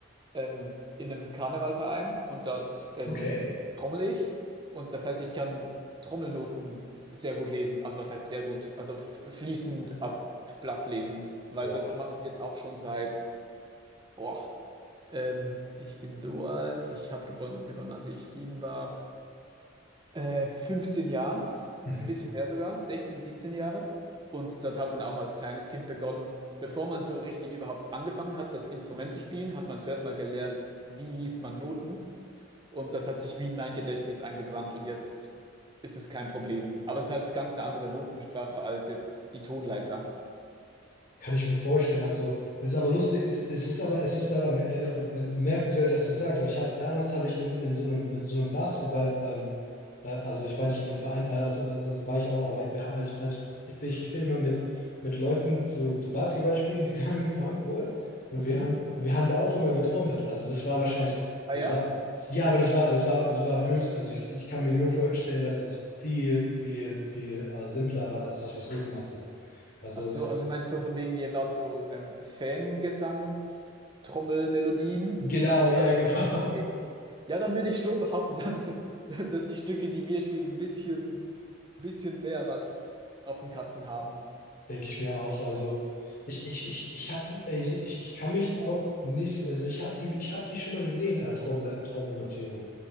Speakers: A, on the right; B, on the left.
A: ähm, in einem Karnevalverein und dort ähm,
B: Okay.
A: trommel ich. Und das heißt, ich kann Trommelnoten sehr gut lesen. Also was heißt sehr gut? Also f- fließend ab Blatt lesen, weil
B: Boah.
A: das mache ich jetzt auch schon seit Boah, ähm, ich bin so alt. Ich habe begonnen, als ich sieben war. Äh, 15 Jahren,
B: Mhm.
A: ein bisschen mehr sogar, 16, 17 Jahre. Und dort hat man auch als kleines Kind begonnen, bevor man so richtig überhaupt angefangen hat, das Instrument zu spielen, hat man zuerst mal gelernt, wie liest man Noten. Und das hat sich wie in mein Gedächtnis eingebrannt und jetzt ist es kein Problem. Aber es ist halt ganz eine andere Notensprache als jetzt die Tonleiter.
B: Kann ich mir vorstellen. Also, es ist aber lustig, es, es ist aber, es ist aber äh, bemerkenswert, dass du das sagst, weil ich habe damals habe ich in, in so einem, in so einem Basketball, ähm, äh, also ich war nicht in einem Verein, äh, also, äh, also war ich auch, aber wir- als, als ich bin, ich bin immer mit, mit Leuten zu, zu Basketballspielen <laughs> gegangen in Frankfurt und
A: Mhm.
B: wir haben, wir haben da auch immer getrommelt. Also das war wahrscheinlich,
A: Ah
B: das
A: ja?
B: war, ja, aber das war, das war, das war höchst, also ich, ich kann mir nur vorstellen, dass das viel, viel, viel äh, simpler war als das, was du gemacht hast. Also
A: Ach so,
B: ich,
A: also du meinst so von wegen, ihr wart so ähm, Fangesangstrommelmelodien?
B: Genau,
A: Oder
B: ja, genau.
A: was war- okay. Ja, dann würde ich schon behaupten, <laughs> dass, dass die Stücke, die wir spielen, ein bisschen, bisschen mehr was auf dem Kasten haben.
B: Denke ich mir auch. Also
A: Ja.
B: ich, ich, ich, ich habe, ich, ich kann mich auch nicht, also ich habe die, ich habe die schon mal gesehen, äh, Trommel, Trommelnotierung.